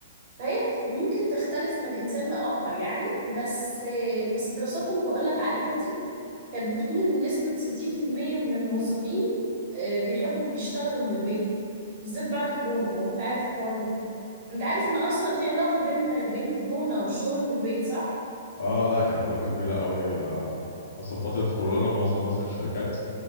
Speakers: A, on the right; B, on the left.
A: فهي بت- ممكن تختلف من إنسان لآخر يعني بس آه، بس الدراسات اللي بقولك عليها دي كانت بتقول إن نسبة 60% من الموظفين آه، بيحبوا بيشتغلوا من البيت بالذات بعد كورونا لو أنت عارف الحوار ده أنت عارف إن أصلا في علاقة بين بين كورونا والشغل من البيت صح؟
B: اه لا كانت علاقة كبيرة قوي آه. اصلا فترة كورونا معظم مثلا الشركات